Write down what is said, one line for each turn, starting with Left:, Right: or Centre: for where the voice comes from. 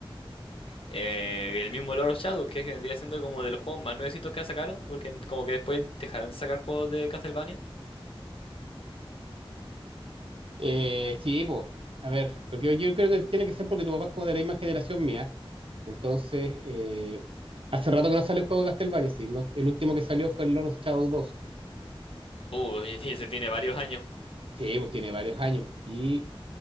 Left: eh, el mismo Lord of Shadow, que es que vendría siendo como de los juegos más nuevecitos que sacaron, porque como que después dejaron de sacar juegos de Castlevania.
Right: Eh, sí, pues, a ver, porque yo, yo creo que tiene que ser porque tu papá es como de la misma generación mía. Entonces, eh, hace rato que no sale el juego de Castlevania, sí, no- el último que salió fue el Lord of Shadow 2.
Left: Uh, <laughs> se tiene varios años.
Right: Sí, pues tiene varios años. Y